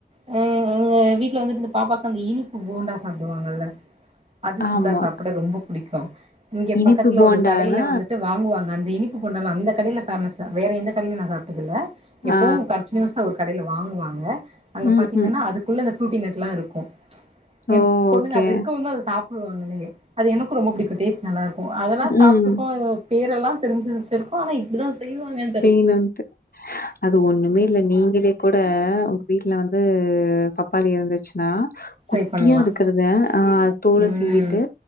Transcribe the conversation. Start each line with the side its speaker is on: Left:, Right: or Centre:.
Right: அ எங்க வீட்ல வந்துட்டு இந்த பாப்பாவுக்கு அந்த இனிப்பு போண்டா சாப்பிடுவாங்கல்ல அது
Left: ஆமா.
Right: சூடா சாப்ட ரொம்ப புடிக்கு இங்க
Left: இனிப்பு
Right: பக்கத்துல
Left: போண்டானா,
Right: ஒரு கடையில வந்துட்டு வாங்குவாங்க அந்த இனிப்பு போண்டாலா அந்த கடைல பேமஸ்ஸு வேற எந்த கடைலயு நா சாப்டதில்ல எப்பவு
Left: ஆ,
Right: கன்டினியூஸா ஒரு கடைய்ல வாங்குவாங்க அங்க
Left: ம்,
Right: பாத்தீங்கன்னா
Left: ம்.
Right: அதுக்குள்ள அந்த ப்ரூட்டி நட்டெல்லா இருக்கு
Left: ஓ!
Right: எ பொண்ணுங்க
Left: ஓகே.
Right: அது இருக்கவுந்தா அத சாப்புடுவாங்ளே அது எனக்கு ரொம்ப புடிக்கு டேஸ்ட் நல்லா ருக்கு அதெல்லா சாப்
Left: ம்.
Right: பேரெல்லா தெரிஞ்சு வச்சிருக்கொ ஆனா இப்படித்தா செய்வாங்கனு
Left: செய்னுன்ட்டு அது ஒண்ணுமே இல்ல நீங்களே கூட உங்க வீட்ல வந்து பப்பாளி இருந்துச்சுன்னா
Right: ட்ரை
Left: குட்டியா
Right: பண்ணலா
Left: இருக்குறத ஆ தோல
Right: ம்
Left: சீவிட்டு